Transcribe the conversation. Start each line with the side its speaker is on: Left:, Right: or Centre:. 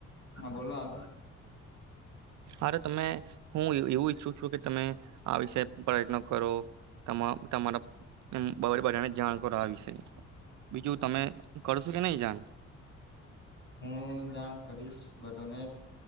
Left: હા બોલો આગળ.
Right: અરે તમે હું એવું ઈચ્છું છું કે તમે આ વિશે પ્રયત્ન કરો, તમા તમારા બરે બધાને જાણ કરો, આ વિશે બીજું તમે કરશો કે નહી જાણ?
Left: હું જાણ કરીશ ને